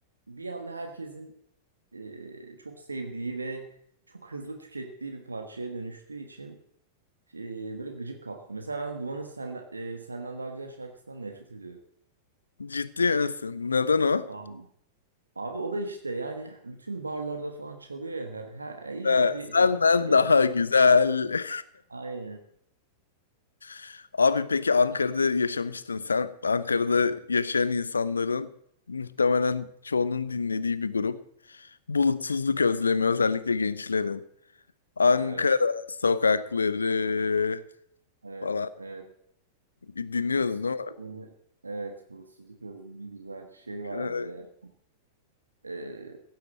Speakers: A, on the right; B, on the left.
A: bir anda herkesin e, çok sevdiği ve çok hızlı tükettiği bir parçaya dönüştüğü için e, böyle gıcık kaptı. Mesela ben Duman'ın senden, e, senden daha güzel şarkısından nefret ediyorum.
B: Ciddi misin? Neden o?
A: Aa. Abi o da işte yani bütün barlarda falan çalıyor ya her, her illa
B: Ha,
A: ki bir
B: senden
A: can yapan.
B: daha güzel.
A: Aynen.
B: <laughs> Abi peki Ankara'da yaşamıştın sen. Ankara'da yaşayan insanların muhtemelen çoğunun dinlediği bir grup. Bulutsuzluk özlemi özellikle gençlerin. Ankara
A: Ha, Evet,
B: sokakları
A: evet,
B: falan
A: evet.
B: bir dinliyordun
A: Bulutsuzluk
B: değil mi?
A: özlemi. Evet, bulutsuzluk özlemi güzel bir şey vardı
B: Evet.
A: bir de. Ee,